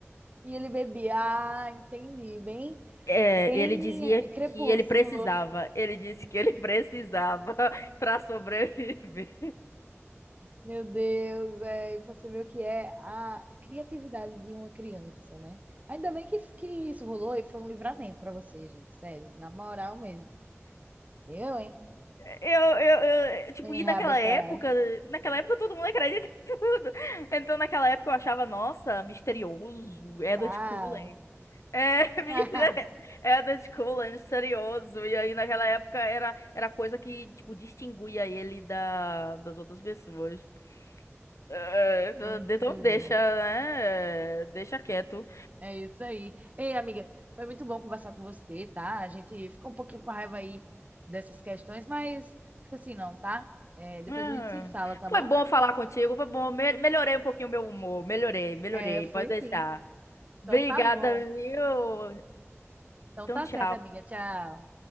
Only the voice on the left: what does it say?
É,
ele dizia
que ele precisava. Ele disse que ele precisava <laughs> para sobreviver.
Eu, eu, eu, tipo,
e
naquela época, naquela época todo mundo acredita em tudo. Então, naquela época eu achava, nossa, misterioso, Edward
Cullen. É, <laughs> menina,
é da escola, é misterioso. E aí, naquela época, era, era coisa que, tipo, distinguia ele da, das outras pessoas. É, do-
então, deixa,
né? Deixa quieto.
Ah,
foi
bom falar contigo, foi bom. Me- melhorei um pouquinho o meu humor. Melhorei, melhorei.
Pode deixar.
Obrigada,
viu?
Então,
tchau.